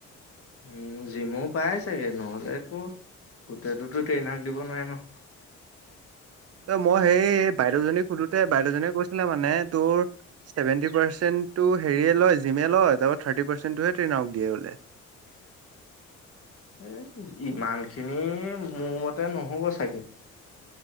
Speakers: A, on the left; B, on the right.
A: উম' জিমো পাই চাগে? নহ'লে একো দুটা দুটা ট্ৰেইনাক দিব নোৱাৰে ন।
B: ত মই সেই বাইদেউজনীক সুধোঁতে বাইদেউজনিয়ে কৈছিলে মানে তোৰ- ছেভেনটি পাৰ্চেণ্টো হেৰিয়ে লয় জিমে লয়, তাৰপা থাৰ্টি পাৰ্চেণ্টোহে ট্ৰেইনাৰক দিয়ে বোলে।
A: এ ইমানখিনি মোৰ মতে নহ'ব চাগে?